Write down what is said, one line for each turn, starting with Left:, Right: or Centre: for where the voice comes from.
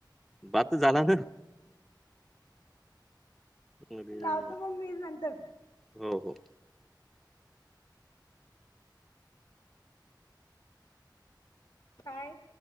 Centre: बात त झाला ना? अरे
Left: लावतो
Centre: वा!
Left: मग मी नंतर.
Centre: हो. हो.
Left: काय?